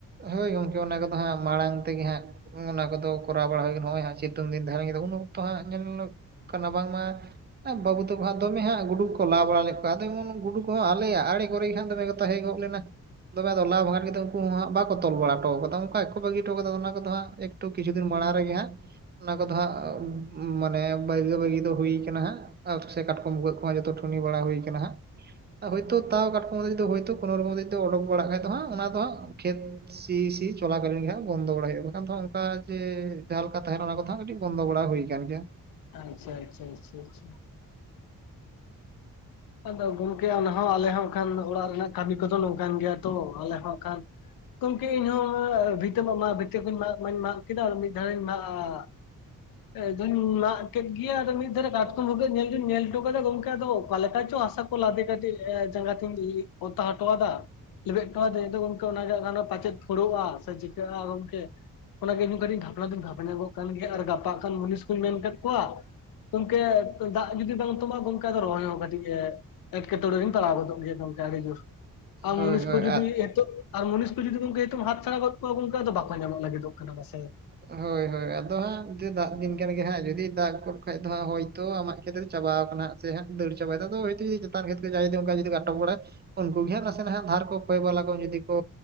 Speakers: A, on the right (about 30°); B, on the left (about 80°).
A: ᱦᱳᱭ ᱜᱚᱝᱠᱮ ᱚᱱᱟ ᱠᱚᱫᱚ ᱦᱟᱜ ᱢᱟᱲᱟᱝ ᱛᱮᱜᱮ ᱦᱟᱜ᱾ ᱚᱱᱟ ᱠᱚᱫᱚ ᱠᱚᱨᱟᱣ ᱵᱟᱲᱟ ᱦᱩᱭ ᱱᱚᱜ-ᱚᱭ ᱥᱤᱛᱩᱝ ᱫᱤᱱ ᱫᱷᱟᱶ ᱩᱱ ᱚᱠᱛᱚ ᱦᱟᱜ ᱧᱮᱞ ᱧᱚᱜ᱾ ᱠᱟᱱᱟ ᱵᱟᱝ ᱢᱟ ᱵᱟᱹᱵᱩ ᱛᱟᱠᱚ ᱦᱟᱸᱜ ᱫᱚᱢᱮ ᱦᱟᱸᱜ ᱜᱩᱰᱩ ᱠᱚ ᱞᱟ ᱵᱟᱲᱟ ᱞᱮᱫ ᱠᱚᱣᱟ ᱟᱫᱚ ᱮᱢᱚᱱ ᱜᱩᱰᱩ ᱠᱚᱦᱚᱸ ᱟᱞᱮᱭᱟᱜ ᱟᱲᱮ ᱠᱚᱨᱮ ᱜᱮ ᱱᱟᱜ ᱫᱚᱢᱮ᱾ ᱛᱟᱦᱮᱸ ᱜᱚᱫ ᱞᱮᱱᱟ ᱫᱚᱢᱮ ᱫᱚ ᱟᱫᱚ ᱞᱟ ᱵᱚᱸᱜᱟ ᱠᱟᱛᱮᱜ ᱜᱮ ᱩᱱᱠᱩ ᱦᱚᱸ ᱦᱟᱸᱜ ᱵᱟᱜ ᱛᱚᱞ ᱵᱟᱲᱟ ᱦᱚᱴᱚ ᱠᱟᱫᱟ ᱚᱱᱠᱟ ᱜᱮᱠᱚ ᱵᱟᱹᱜᱤ ᱦᱚᱴᱚ ᱠᱟᱫᱟ ᱚᱱᱟ ᱠᱚᱫᱚ ᱦᱟᱸᱜ ᱮᱠ ᱴᱩ ᱠᱤᱪᱷᱩ ᱫᱤᱱ ᱢᱟᱲᱟᱝ ᱨᱮ ᱜᱮ ᱦᱟᱸᱜ ᱚᱱᱟ ᱠᱚᱫᱚ ᱦᱟᱸᱜ ᱢᱟᱱᱮ ᱵᱟᱹᱭᱜᱟ ᱵᱟᱹᱭᱜᱤ ᱫᱚ ᱦᱩᱭ ᱠᱟᱱᱟ ᱦᱟᱸᱜ ᱟᱨ ᱥᱮ ᱠᱟᱴᱚᱢ ᱵᱷᱩᱜᱟᱹᱜ ᱠᱚ ᱦᱚᱸ ᱡᱚᱛᱚ ᱴᱷᱩᱱᱤ ᱵᱟᱲᱟ ᱦᱩᱭ ᱠᱟᱱᱟ ᱦᱟᱸᱜ ᱦᱳᱭ ᱛᱳ ᱛᱟᱣ ᱠᱟᱴᱚᱢ ᱦᱳᱭ ᱛᱳ ᱠᱳᱱ ᱨᱚᱠᱚᱢ ᱡᱩᱫᱤ ᱚᱰᱚᱠ ᱵᱟᱲᱟᱜ ᱠᱷᱟᱡ ᱫᱚ ᱦᱟᱸᱜ ᱚᱱᱟ ᱦᱟᱸᱜ ᱠᱷᱮᱛ ᱥᱤ ᱥᱤ ᱪᱚᱞᱟ ᱠᱟᱞᱤᱱ ᱜᱮ ᱦᱟᱸᱜ ᱵᱚᱱᱫᱚ ᱵᱟᱲᱟᱭ ᱦᱩᱭᱩᱜᱼᱟ ᱵᱟᱝ ᱠᱷᱟᱱ ᱫᱚ ᱚᱱᱠᱟ ᱡᱮ ᱡᱟᱦᱟᱸ ᱞᱮᱠᱟ ᱛᱟᱦᱮᱱᱟ ᱚᱱᱟ ᱠᱚᱫᱚ ᱦᱟᱸᱜ ᱠᱟᱹᱴᱤᱡ ᱵᱚᱱᱫᱚ ᱵᱟᱲᱟ ᱦᱩᱭ ᱠᱟᱱ ᱜᱮᱭᱟ᱾
B: ᱟᱪᱪᱷᱟ ᱟᱪᱪᱷᱟ ᱟᱪᱪᱷᱟ ᱟᱪᱪᱷᱟ ᱟᱫᱚ ᱜᱚᱝᱠᱮ ᱚᱱᱟ ᱦᱚᱸ ᱟᱞᱮ ᱦᱚᱸ ᱦᱟᱸᱜ ᱠᱷᱟᱱ ᱚᱲᱟᱜ ᱨᱮᱱᱟᱜ ᱠᱟᱹᱢᱤ ᱠᱚᱫᱚ ᱱᱚᱝᱠᱟᱱ ᱜᱮᱭᱟ ᱛᱚ ᱟᱞᱮ ᱦᱚᱸ ᱦᱟᱸᱜ ᱠᱷᱟᱱ ᱜᱚᱝᱠᱮ ᱤᱧ ᱦᱚᱸ ᱵᱷᱤᱛᱟᱹ ᱢᱟ ᱢᱟᱜ ᱢᱟᱹᱧ ᱢᱟᱜ ᱠᱮᱫᱟ ᱟᱨ ᱢᱤᱫ ᱫᱷᱟᱣ ᱤᱧ ᱢᱟᱜ ᱟᱫᱚᱧ ᱢᱟᱜ ᱠᱮᱫ ᱜᱮᱭᱟ ᱟᱫᱚ ᱢᱤᱫ ᱫᱷᱟᱨᱮ ᱠᱟᱴᱠᱚᱢ ᱵᱷᱩᱜᱟᱹᱜ ᱧᱮᱞ ᱫᱚᱸᱧ ᱧᱮᱞ ᱦᱚᱴᱚ ᱠᱟᱫᱟ ᱜᱚᱝᱠᱮ ᱟᱫᱚ ᱦᱮᱪᱚ ᱦᱟᱥᱟ ᱠᱚ ᱞᱟᱫᱮ ᱠᱟᱛᱮᱫ ᱡᱟᱸᱜᱟ ᱛᱮᱸᱧ ᱚᱛᱟ ᱦᱚᱴᱚᱣᱟᱫᱟ ᱞᱮᱵᱮᱫ ᱦᱚᱴᱚ ᱟᱫᱟ ᱟᱫᱚ ᱜᱚᱝᱠᱮ ᱚᱱᱟ ᱜᱮ ᱦᱟᱸᱜ ᱠᱷᱟᱱ ᱯᱟᱪᱮᱫ ᱯᱷᱳᱲᱳᱜᱼᱟ ᱥᱮ ᱪᱤᱠᱟᱹᱜᱼᱟ ᱜᱚᱝᱠᱮ ᱚᱱᱟ ᱜᱮ ᱤᱧ ᱦᱚᱸ ᱠᱟᱹᱴᱤᱡ ᱵᱷᱟᱵᱱᱟ ᱫᱚᱸᱧ ᱵᱷᱟᱵᱱᱟ ᱧᱚᱸ ᱜᱚᱜ ᱠᱟᱱ ᱜᱮᱭᱟ ᱟᱨ ᱜᱟᱯᱟᱜ ‌ᱦᱟᱸᱜ ᱠᱷᱟᱱ ᱢᱩᱱᱤᱥ ᱠᱩᱸᱧ ᱢᱮᱱ ᱟᱠᱟᱫ ᱠᱚᱣᱟ ᱜᱚᱝᱠᱮ ᱫᱟᱜ ᱡᱩᱫᱤ ᱵᱟᱝ ᱛᱟᱵᱟᱜᱟ ᱜᱚᱝᱠᱮ ᱟᱫᱚ ᱨᱚᱦᱚᱭ ᱦᱚᱸ ᱠᱟᱹᱴᱤᱡ᱾ ᱮᱸ ᱮᱴᱠᱮᱴᱚᱬᱮᱸ ᱨᱮᱧ ᱯᱟᱲᱟᱣ ᱜᱚᱫᱚᱜ ᱜᱮᱭᱟ ᱱᱚᱝᱠᱟᱱ ᱠᱤᱪᱷᱩ ᱟᱢ
A: ᱦᱳᱭ
B: ᱢᱤᱥ
A: ᱦᱳᱭ
B: ᱠᱩ ᱡᱩᱫᱤ
A: ᱟᱜ
B: ᱭᱮ ᱟᱨ ᱢᱩᱱᱤᱥ ᱠᱚ ᱡᱩᱫᱤ ᱜᱚᱝᱠᱮ ᱦᱟᱛ ᱪᱷᱟᱲᱟ ᱜᱚᱫ ᱠᱚᱣᱟ ᱜᱚᱝᱠᱮ ᱟᱫᱚ ᱵᱟᱠᱚ ᱧᱟᱢᱚᱜ ᱞᱟᱹᱜᱤᱫ ᱫᱚᱜ ᱠᱟᱱᱟ ᱢᱟ ᱥᱮ
A: ᱦᱳᱭ ᱦᱳᱭ ᱟᱫᱚ ᱦᱟᱸᱜ ᱫᱟᱜ ᱫᱤᱱ ᱠᱟᱱ ᱜᱮᱭᱟ ᱦᱟᱸᱜ ᱡᱩᱫᱤ ᱫᱟᱜ ᱜᱚᱫ ᱠᱷᱟᱱ ᱫᱚ ᱦᱟᱸᱜ ᱦᱳᱭ ᱛᱚ ᱟᱢᱟᱜ ᱠᱷᱮᱛ ᱨᱮ ᱪᱟᱵᱟ ᱠᱟᱱᱟ ᱥᱮ ᱦᱟᱸᱜ ᱫᱟᱹᱲ ᱪᱟᱵᱟ ᱮᱫᱟᱭ ᱟᱫᱚ ᱦᱳᱭ ᱛᱚ ᱡᱩᱫᱤ ᱪᱮᱛᱟᱱ ᱠᱷᱮᱛ ᱨᱮ ᱡᱟᱦᱟᱸᱭ ᱡᱩᱫᱤ ᱚᱱᱠᱟ ᱟᱴᱚᱠ ᱵᱟᱲᱟᱭ ᱩᱱᱠᱩ ᱜᱮ ᱦᱟᱸᱜ ᱱᱟᱥᱮ ᱱᱟᱦᱟᱜ ᱫᱷᱟᱨ ᱠᱚ ᱠᱚᱭ ᱵᱟᱞᱟ ᱠᱚ ᱡᱩᱫᱤ ᱠᱚ